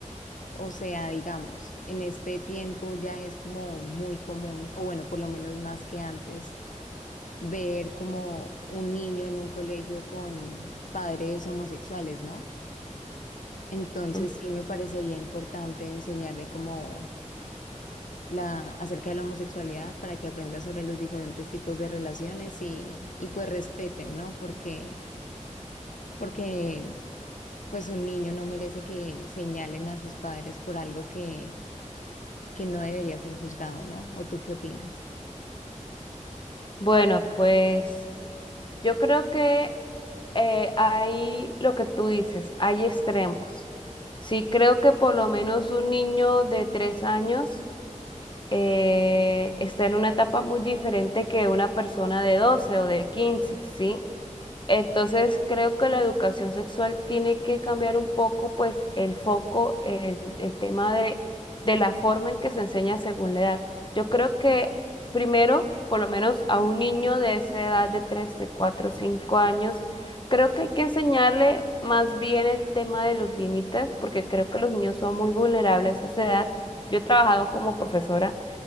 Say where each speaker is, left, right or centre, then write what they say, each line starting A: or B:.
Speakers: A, on the left; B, on the left.
A: O sea, digamos, en este tiempo ya es como muy común, o bueno, por lo menos más que antes, ver como un niño en un colegio con padres homosexuales, ¿no? Entonces
B: Ujú.
A: sí me parecería importante enseñarle como la acerca de la homosexualidad para que aprenda sobre los diferentes tipos de relaciones y, y pues respeten, ¿no? Porque porque pues un niño no merece que señalen a sus padres por algo que, que no debería ser juzgado, ¿no? ¿O tú qué opinas?
B: Bueno, pues Yo creo que eh, hay lo que tú dices, hay extremos. Sí, creo que por lo menos un niño de tres años eh, está en una etapa muy diferente que una persona de 12 o de 15, ¿sí? Entonces, creo que la educación sexual tiene que cambiar un poco, pues, el foco, el, el tema de, de la forma en que se enseña según la edad. Yo creo que primero, por lo menos a un niño de esa edad de 3, de 4, 5 años, creo que hay que enseñarle más bien el tema de los límites, porque creo que los niños son muy vulnerables a esa edad. Yo he trabajado como profesora